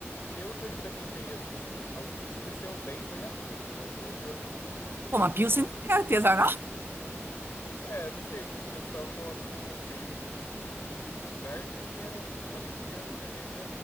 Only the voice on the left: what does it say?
pelo que eu experimentei assim, a única que desceu bem foi a Pilsen. As outras
não.
É, não sei, tipo, o pessoal colocou, fez, tipo. O lugar em si era, tipo, só vendia cerveja